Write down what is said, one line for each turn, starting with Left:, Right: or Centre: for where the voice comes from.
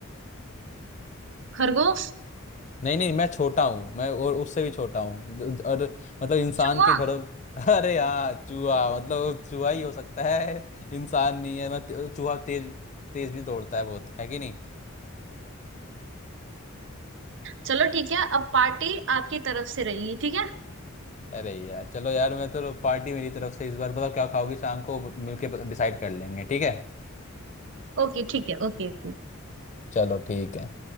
Right: खरगोश
Left: नहीं नहीं मैं छोटा हूँ मैं और उससे भी छोटा हूँ द- और मतलब इंसान
Right: चूहा
Left: के घरों <laughs> अरे हाँ चूहा मतलब वो चूहा ही हो सकता है इंसान नहीं है मैं ते- चूहा तेज तेज भी दौड़ता है बहुत है कि नहीं
Right: चलो ठीक है अब पार्टी आपकी तरफ से रहेगी ठीक है
Left: अरे यार चलो यार मैं तो पार्टी मेरी तरफ से इस बार बताओ क्या खाओगी शाम को मिलके डिसाइड कर लेंगे ठीक है
Right: ओके ठीक है ओके ओके
Left: चलो ठीक है